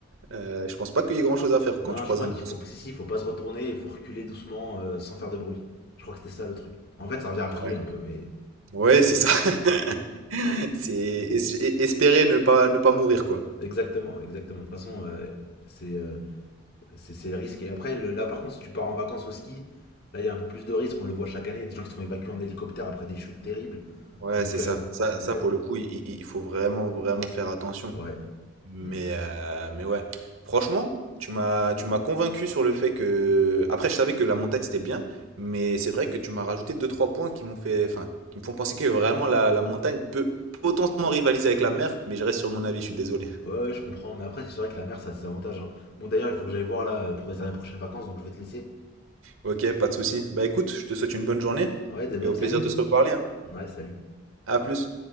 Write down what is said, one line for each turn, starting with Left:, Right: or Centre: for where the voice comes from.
Right: euh, je pense pas qu'il y ait grand-chose à faire
Left: Non,
Right: quand tu
Left: je
Right: croises
Left: crois
Right: un
Left: qu'il
Right: ours.
Left: faut, si, si, il faut pas se retourner, il faut reculer doucement euh, sans faire de bruit. Je crois que c'était ça le truc. En fait, ça revient à prier
Right: Ouais.
Left: un peu, mais
Right: Ouais, c'est ça. <laughs> C'est es- es- espérer ne pas, ne pas mourir, quoi.
Left: exactement, exactement. De toute façon, euh, c'est euh, c'est c'est le risque. Et après, le- là, par contre, si tu pars en vacances au ski, là, il y a un peu plus de risques. On le voit chaque année, il y a des gens qui sont évacués en hélicoptère après des chutes terribles.
Right: Ouais,
Left: Donc,
Right: c'est ça.
Left: euh,
Right: Ça,
Left: le-
Right: ça, pour le coup, il, il- il faut vraiment, vraiment faire attention.
Left: ouais.
Right: Mais,
Left: hmm.
Right: euh, mais ouais, franchement, tu m'as tu m'as convaincu sur le fait que... Après, je savais que la montagne, c'était bien, mais c'est vrai que tu m'as rajouté deux trois points qui m'ont fait... Enfin, qui me font penser que vraiment la, la montagne peut potentiellement rivaliser avec la mer, mais je reste sur mon avis, je suis désolé.
Left: Ouais, ouais, je comprends. Mais après, c'est vrai que la mer, ça a ses avantages. hein. Bon, d'ailleurs, il faut que j'aille voir là pour réserver les prochaines vacances, donc je vais te laisser.
Right: Ok, pas de souci. Bah écoute, je te souhaite une bonne journée
Left: Ouais, de même,
Right: et au
Left: salut.
Right: plaisir de se reparler, hein.
Left: Ouais, salut.
Right: À plus.